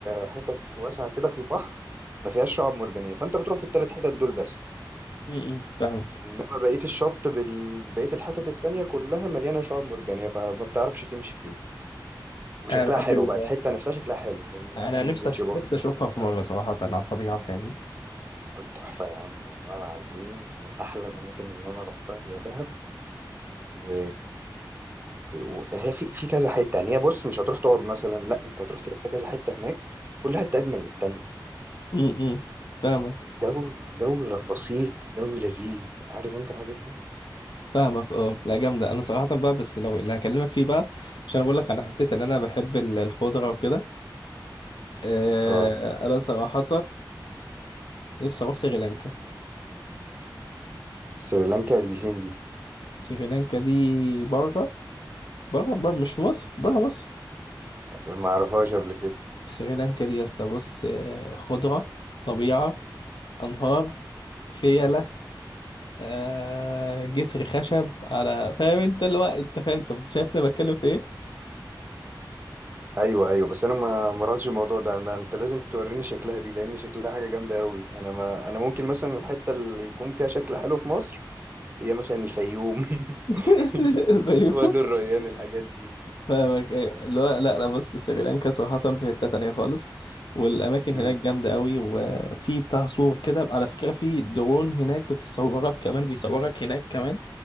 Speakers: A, on the right; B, on the left.
A: حتت واسعه كده في البحر ما فيهاش شعاب مرجانيه فانت بتروح في الثلاث حتت دول بس
B: م- م- فاهمك
A: انما بقيه الشط بال... بقيه الحتت التانية كلها مليانه شعاب مرجانيه فما بتعرفش تمشي فيها وشكلها
B: انا بحب
A: حلو
B: ال...
A: بقى الحتة نفسها شكلها حلو لأن
B: انا
A: بقى في
B: نفسي
A: بيتش
B: أش...
A: باجي
B: نفسي اشوفها في
A: بتاع
B: مره
A: وجد.
B: صراحه على الطبيعه فاهمني
A: تحفة يا عم والله العظيم من أحلى الأماكن اللي أنا روحتها هي دهب و وهي في في كذا حتة يعني هي بص مش هتروح تقعد مثلا لا أنت هتروح تلف كذا حتة هناك كل حتة أجمل من التانية
B: م- م. فاهمك
A: جو جو بسيط جو لذيذ عارف أنت الحاجات دي؟
B: فاهمك اه لا جامده انا صراحه بقى بس لو اللي هكلمك فيه بقى عشان بقول لك انا حطيت ان انا بحب ال- الخضره وكده آه،
A: اه
B: انا صراحه نفسي اروح سريلانكا
A: سريلانكا دي فين دي؟
B: سريلانكا دي بره بره بره مش في مصر بره مصر
A: ما أعرفهاش قبل كده
B: في سريلانكا دي يا اسطى بص آه، خضرة طبيعة أنهار فيلة آه، جسر خشب على فاهم انت اللي هو انت فاهم انت شايفني بتكلم في ايه؟
A: ايوه ايوه بس انا ما ما رحتش الموضوع ده أنا- انت لازم توريني شكلها دي لان شكلها حاجه جامده قوي انا ما انا ممكن مثلا الحته اللي يكون فيها شكل حلو في مصر هي مثلا الفيوم <laughs>
B: <laughs> الفيوم
A: وادي الريان الحاجات دي
B: فاهمك ايوه اللي هو لا لا بص سريلانكا صراحة في حتة تانية خالص والأماكن
A: مم.
B: هناك جامدة أوي وفي بتاع صور كده على فكرة في درون هناك بتصورك كمان بيصورك هناك كمان